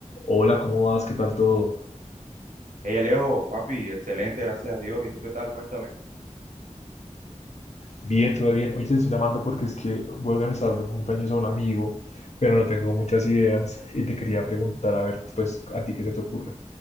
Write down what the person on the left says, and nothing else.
Hola, ¿cómo vas? ¿Qué tal todo?
Bien, todo bien. Hoy te estoy llamando porque es que voy a organizar un cumpleaños a un amigo, pero no tengo muchas ideas y te quería preguntar, a ver, pues, ¿a ti qué se te ocurre?